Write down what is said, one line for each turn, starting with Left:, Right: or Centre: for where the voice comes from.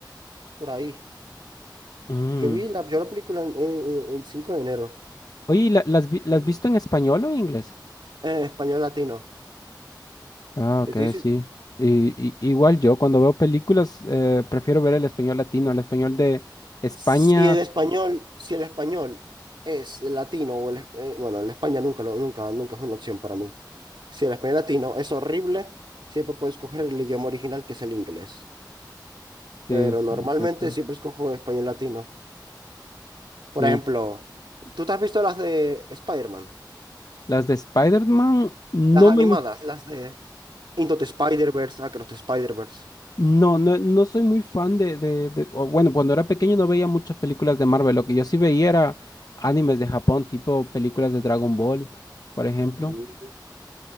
Right: por ahí.
Left: Mm.
Right: Yo vi la, yo la película en- en- en- el 5 de enero.
Left: Oye, ¿y la- las, vi- ¿las
Right: Mm.
Left: visto en español o en inglés?
Right: Eh, español latino.
Left: Ah,
Right: Te
Left: ok,
Right: estoy dici-
Left: sí. Y, y- igual yo, cuando veo películas, eh, prefiero ver el español latino, el español de España.
Right: si el español, si el español es el latino o el... es- eh, bueno, el España nunca, lo- nunca, nunca es una opción para mí. Si el español latino es horrible, siempre puedes coger el idioma original que es el inglés. Pero
Left: Sí, sí,
Right: normalmente
Left: exacto.
Right: siempre escojo español latino.
Left: Sí.
Right: Por ejemplo,
Left: s-
Right: ¿tú te has visto las de Spider-Man?
Left: Las de Spider-Man no
Right: Las animadas,
Left: me gustan.
Right: las de Into the Spider-Verse, Across the Spider-Verse.
Left: No, no, no soy muy fan de, de, de- o bueno, cuando era pequeño no veía muchas películas de Marvel. Lo que yo sí veía era animes de Japón, tipo películas de Dragon Ball, por ejemplo.
Right: Mm.